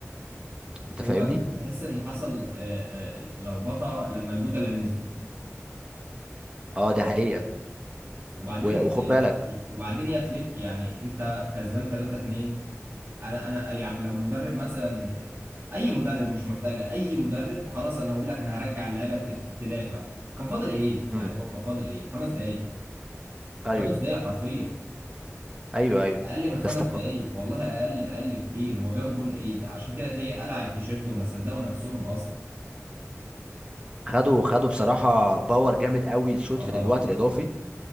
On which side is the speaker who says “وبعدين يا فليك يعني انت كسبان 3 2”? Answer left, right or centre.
Right